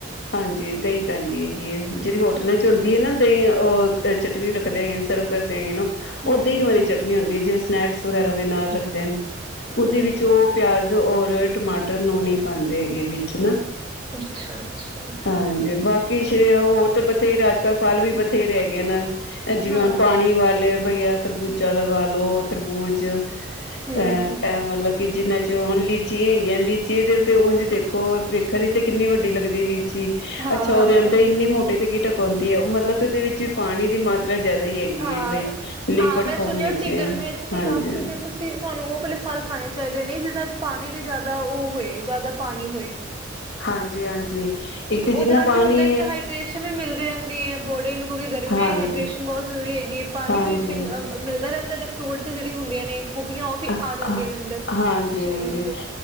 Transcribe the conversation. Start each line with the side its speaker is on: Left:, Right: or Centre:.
Left: ਹਾਂਜੀ ਦਹੀਂ ਪੈਂਦੀ ਹੈਗੀ ਹੈ। ਜਿਹੜੀ ਹੋਟਲਾਂ
Right: ਅੱਛਾ
Left: ਚ ਹੁੰਦੀ ਹੈ ਨਾ ਦਹੀ, ਓਹ। ਤੇ ਚਟਨੀ ਰੱਖ ਦਿਆਂਗੇ, ਸਰਵ ਕਰ ਦਿਆਂ ਨਾ।
Right: ਹਮ
Left: ਉਹ ਦਹੀਂ ਵਾਲੀ ਚਟਨੀ ਹੁੰਦੀ ਹੈ, ਜਿਵੇਂ ਸਨੈਕਸ ਵਗੈਰਾ ਦੇ ਨਾਲ ਰੱਖਦੇ ਹਨ,
Right: ਹਮ
Left: ਉਹਦੇ
Right: ਹਮ
Left: ਵਿੱਚ ਉਹ ਪਿਆਜ਼ ਔਰ ਟਮਾਟਰ ਨੂੰ ਨੀ <unintelligible> ਬਣਦੇ ਹੈਗੇ ਵਿੱਚ ਨਾ,
Right: ਅੱਛਾ ਅੱਛਾ
Left: ਹਾਂਜੀ ਬਾਕੀ ਕਿ ਹੋਰ ਤੇ ਬਥੇਰੇ ਅੱਜ ਕਲ ਫ਼ਲ ਵੀ ਬਥੇਰੇ ਹੈ। ਏਨਾ। ਜਿਵੇਂ
Right: ਹਾਂ
Left: ਹੁਣ ਪਾਣੀ ਵੱਲ ਬਈਆ ਖ਼ਰਬੂਜਾ ਲਗਾ ਲਉ, ਤਰਬੂਜ਼। ਅਹ
Right: ਹਮ
Left: ਇਹ ਮਤਲਬ ਕਿ ਜਿੰਨਾ ਚ ਹੁਣ ਲੀਚੀ ਹੈਗੀਆਂ, ਲੀਚੀ ਦੇ ਉਂਝ ਦੇਖੋ ਵੇਖਣ ਤੇ ਕਿੰਨੀ ਵੱਡੀ ਲੱਗਦੀ ਲੀਚੀ,
Right: ਹਾਂ
Left: ਅੱਛਾ, ਉਹਦੇ
Right: ਹਾਂ
Left: ਅੰਦਰ ਇੰਨੀ ਮੋਟੀੇ ਤੇ ਗਿਟਕ ਹੁੰਦੀ ਹੈ, ਮਤਲਬ ਕਿ ਉਹਦੇ ਵਿੱਚ ਪਾਣੀ ਦੀ ਮਾਤਰਾ ਜ਼ਿਆਦਾ ਹੀ ਹੈਗੀ
Right: ਹਾਂ
Left: ਹੈ ਬਈ ਲਿਕੁਡ
Right: ਹਾਂ ਮੈਂ
Left: ਫੋਮ
Right: ਸੁਣਿਆ
Left: ਵਿੱਚ
Right: ਸੀ
Left: ਹੈ
Right: ਗਰਮੀਆਂ ਚ ਕਿ
Left: ਹਾਂਜੀ
Right: ਕਾਫ਼ੀ ਜੇ ਤੁਸੀਂ ਤੁਹਾਨੂੰ ਉਹ ਕੱਲੇ ਫਲ ਖਾਣੇ ਚਾਹੀਦੇ ਨੇ, ਜਿਹਨਾਂ ਚ ਪਾਣੀ ਦੇ ਜ਼ਿਆਦਾ ਉਹ ਹੋਏ। ਜ਼ਿਆਦਾ ਪਾਣੀ ਹੋਏ।
Left: ਹਾਂਜੀ ਹਾਂਜੀ ਇੱਕ ਤੇ
Right: ਉਹਦੇ
Left: ਜਿੰਨਾ
Right: ਨਾਲ
Left: ਪਾਣੀ
Right: ਕੀ ਹੁੰਦਾ, ਇੱਕ ਤਾਂ ਹਾਈਡਰੇੇਸ਼ਨ ਵੀ ਮਿਲਦੀ ਰਹਿੰਦੀ ਹੈ ਬੋਡੀ ਨੂੰ ਕਿਉਂਕਿ ਗਰਮੀਆਂ
Left: ਹਾਂਜੀ
Right: ਹਾਈਡਰੇੇਸ਼ਨ ਬਹੁਤ ਜ਼ਰੂਰੀ ਹੈਗੀ ਹੈ, ਪਾਣੀ
Left: ਹਾਂਜੀ
Right: ਵੀ ਪੀ ਮਿਲਦਾ ਰਹਿੰਦਾ ਤੇ ਫਰੂਟਸ ਜਿਹੜੀ ਹੁੰਦੀਆਂ ਨੇ ਖੂਬੀਆਂ ਉਹ ਵੀ
Left: ਆਹ
Right: ਆ ਜਾਂਦੀਆਂ
Left: ਆਹ
Right: ਨੇ ਅੰਦਰ
Left: ਹਾਂਜੀ
Right: ਸਰੀਰ
Left: ਹਾਂਜੀ
Right: ਦੇ